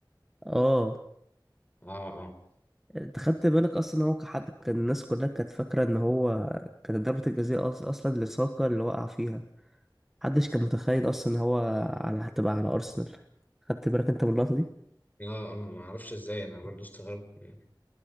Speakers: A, in the centre; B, on the left.
A: اه
B: اه اه
A: انت خدت بالك اصلا هو كحد كان الناس كلها كانت فاكرة ان هو كانت ضربة الجزاء أص- اصلا لساكا اللي وقع فيها محدش كان متخيل اصلا ان هو على هتبقى على ارسنال خدت بالك انت من اللقطة دي؟
B: اه اه ما اعرفش ازاي انا برضو استغربت يعني.